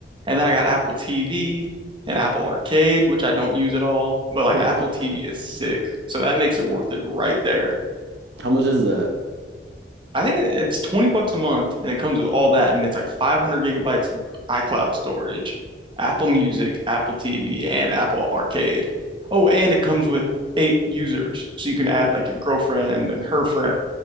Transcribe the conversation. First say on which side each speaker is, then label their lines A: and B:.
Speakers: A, on the right; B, on the right.
A: And then I got Apple TV and Apple Arcade, which I don't use at all. But like
B: <laughs>
A: Apple TV is sick. So that makes it worth it right there.
B: How much is that?
A: I think it- it's 20 bucks a month and it comes with all that. And it's like 500 gigabytes of iCloud storage, Apple Music, Apple TV, and Apple Arcade. Oh, and it comes with eight users. So you can add like your girlfriend and her friends